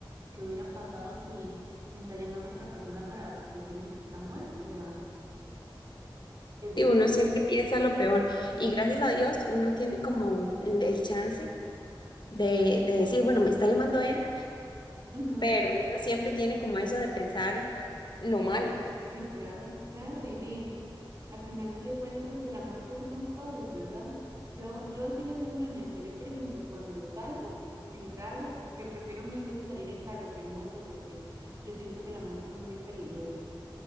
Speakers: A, on the right; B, on the left.
A: ¿qué hubiera pasado si me está llamando otra persona para decirme que está muerto? O sea, es
B: Sí,
A: duro.
B: uno siempre piensa lo peor
A: Ujú,
B: y gracias a Dios uno tiene como el el chance de, de decir, bueno, me está llamando él,
A: ujú.
B: pero uno siempre tiene como eso de pensar lo malo.
A: Sí, claro, claro, y di, al final de cuentas de la muerte somos todos, ¿verdad? Yo, yo sí le soy muy honesta, yo por ejemplo, cuando salgo en carro, que prefiero mil veces salir en carro que en moto, porque yo siento que la moto es muy peligrosa.